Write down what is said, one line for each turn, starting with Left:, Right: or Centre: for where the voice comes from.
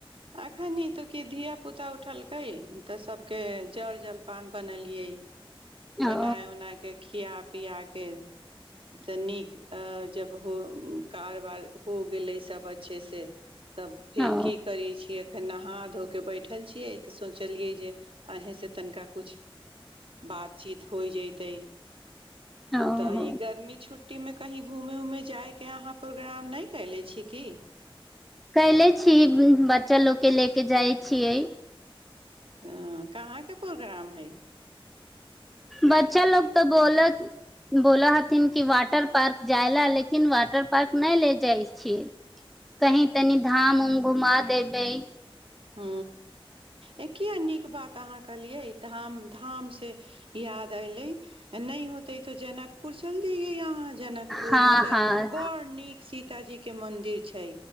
Right: अखन इ त की धिया पुता उठलकै तऽ सभके जलपान बनेलियै बनाय
Centre: ओ
Right: उनाय कऽ खिया पिया कऽ तऽ नीक जब हो कारबार हो गेलै सब अच्छेसँ तब फेर
Centre: ओ
Right: की करै छियै फेर नहा धो कऽ बैठल छियै तऽ सोचलियै जे अहीसँ तनिका किछु बातचीत होइ जैतै
Centre: ओ
Right: तऽ
Centre: हो
Right: ई गर्मी छुट्टी ट्टीमे कहीं घुमे उमे जाइके अहाँ प्रोग्राम नहि कले छी की
Centre: कयले छी बच्चा लोक के ले के जाइ छियै
Right: अं कहाँके प्रोग्राम हइ
Centre: बच्चा लोक तऽ बोलत बोलऽ हथिन कि वाटर पार्क जाय ला लेकिन वाटर पार्क नहि ले जाइ अछि कही
Right: हूँ
Centre: तनी धाम उम घुमा देबै
Right: ह ए किए नीक बात अहाँ कहलियै ई धाम धाम से याद एयलै नै होतै तो जनक पुछल जइये यहाँ जनकपुर
Centre: हँ
Right: में तऽ
Centre: हँ
Right: बड़ नीक सीतााजी के मंदिर छै